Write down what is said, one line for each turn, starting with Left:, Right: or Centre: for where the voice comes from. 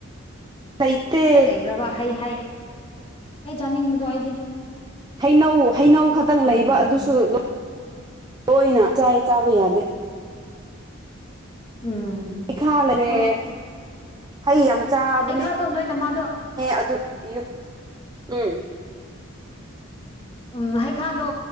Right: ꯂꯩꯇꯦ
Left: ꯍꯩ ꯂꯩꯕ꯭ꯔꯕ ꯍꯩ ꯍꯩ ꯍꯩ ꯆꯥꯅꯤꯡꯕꯗꯣ ꯑꯩꯗꯤ
Right: ꯍꯩꯅꯧ ꯍꯩꯅꯧ ꯈꯛꯇꯪ
Left: ꯎꯝ
Right: ꯂꯩꯕ ꯑꯗꯨꯁꯨ ꯂꯣ ꯂꯣꯏꯅ ꯆꯥꯏ ꯆꯥꯕ ꯌꯥꯗꯦ
Left: ꯎꯝ
Right: ꯍꯩꯈꯥ ꯂꯩꯔꯦ
Left: ꯑꯩꯈꯣꯏ
Right: ꯍꯩ ꯌꯥꯝ ꯆꯥꯕꯅꯦ
Left: ꯍꯩꯈꯥꯗꯣ ꯅꯣꯏ ꯅꯃꯥꯗꯣ
Right: ꯑꯗꯨ ꯌꯨꯝ ꯎꯝ
Left: ꯎꯝ ꯍꯩꯈꯥꯗꯣ